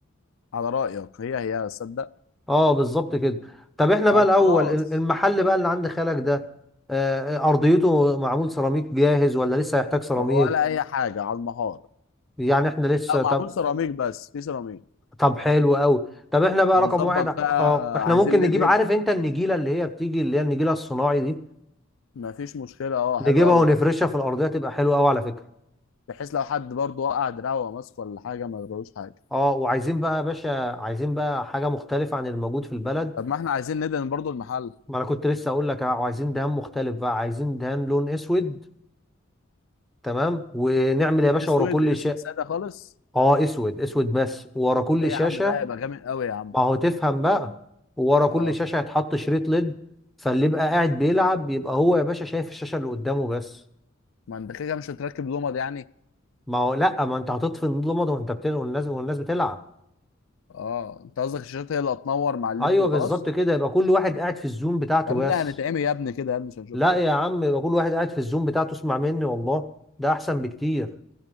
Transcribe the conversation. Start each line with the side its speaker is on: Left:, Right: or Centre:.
Left: على رأيك هي هي صدق
Centre: اه بالظبط كده طب احنا
Left: طب
Centre: بقى الاول
Left: خلاص
Centre: ال- المحل بقى اللي عند خالك ده آه، آه، ارضيته معمول سيراميك جاهز ولا لسه هيحتاج سيراميك
Left: ولا اي حاجة على المهارة
Centre: يعني احنا لسه
Left: لا معمول
Centre: طب
Left: سيراميك بس في سيراميك
Centre: طب حلو قوي طب احنا بقى
Left: هنظبط
Centre: رقم واحد ع-
Left: بقى
Centre: اه احنا
Left: عايزين
Centre: ممكن
Left: ندهن
Centre: نجيب عارف انت النجيله اللي هي بتيجي اللي هي النجيله الصناعي دي
Left: مفيش مشكلة اه
Centre: نجيبها
Left: حلو قوي
Centre: ونفرشها
Left: طبعا
Centre: في الارضيه تبقى حلوه قوي على فكره
Left: بحيث لو حد برضه وقع دراعه وهو ماسك ولا حاجة ما يجروش حاجة
Centre: اه وعايزين بقى يا باشا عايزين بقى حاجه مختلفه عن الموجود في البلد
Left: طب ما احنا عايزين ندهن برضه المحل
Centre: ما انا كنت لسه اقول لك اه، عايزين دهان مختلف بقى عايزين دهان لون اسود تمام ونعمل يا
Left: لون
Centre: باشا
Left: اسود
Centre: ورا كل
Left: اسود
Centre: شيء
Left: سادة خالص
Centre: اه اسود اسود بس ورا كل
Left: ايه يا
Centre: شاشه
Left: عم ده هيبقى جامد قوي يا عم
Centre: ما هو تفهم بقى ورا كل
Left: اه
Centre: شاشه هيتحط شريط ليد فاللي يبقى قاعد بيلعب يبقى هو يا باشا شايف الشاشه اللي قدامه بس
Left: ما انت كده كده مش هتركب لمض يعني
Centre: ما هو لا ما انت هتطفي النور الابيض وانت بتلعب والناس والناس بتلعب
Left: اه انت قصدك الشاشات هي اللي هتنور مع الليد
Centre: ايوه
Left: وخلاص
Centre: بالظبط كده يبقى كل واحد قاعد في الزوم بتاعته
Left: يا ابني
Centre: بس
Left: هنتعمي يا ابني كده يا ابني مش هنشوف
Centre: لا
Left: حاجة
Centre: يا عم يبقى كل واحد قاعد في الزوم بتاعته اسمع مني والله ده احسن بكتير